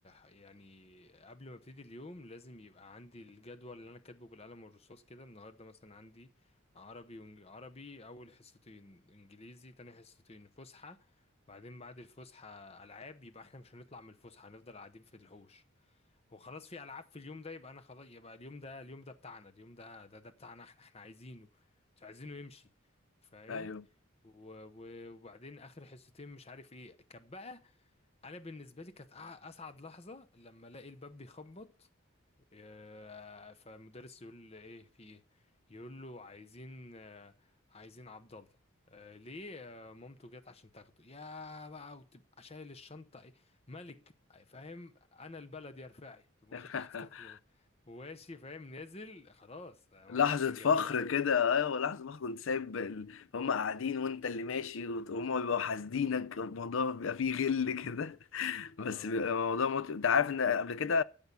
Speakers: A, on the left; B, on the left.
A: يعني قبل ما ابتدي اليوم لازم يبقى عندي الجدول اللي انا كاتبه بالقلم والرصاص كده النهارده مثلا عندي عربي وإنج... عربي اول حصتين انجليزي تاني حصتين فسحه بعدين بعد الفسحه العاب يبقى احنا مش هنطلع من الفسحه هنفضل قاعدين في الحوش هو خلاص في العاب في اليوم ده يبقى انا خلاص يبقى اليوم ده اليوم ده بتاعنا اليوم ده ده ده بتاعنا احنا احنا عايزينه مش عايزينه يمشي فاهم
B: ايوه
A: و- و- وبعدين اخر حصتين مش عارف ايه كان بقى انا بالنسبه لي كانت أع- اسعد لحظه لما الاقي الباب بيخبط آه، فالمدرس يقول له ايه في ايه يقول له عايزين آه، عايزين عبد الله آه، ليه آه، مامته جت عشان تاخده يا بقى وتبقى شايل الشنطه ايه ملك آه، فاهم انا البلد يا رفاعي تقوم
B: <laughs>
A: واخد حاجتك و- وماشي فاهم نازل خلاص آه، الموضوع
B: لحظة
A: كان
B: فخر
A: جميل قوي
B: كده ايوه لحظة فخر كنت سايب ال... هم قاعدين وانت اللي ماشي وت- وهم بيبقوا حاسدينك الموضوع بيبقى فيه غل كده <laughs>
A: اه
B: بس بيبقى الموضوع مت... انت عارف ان قبل كده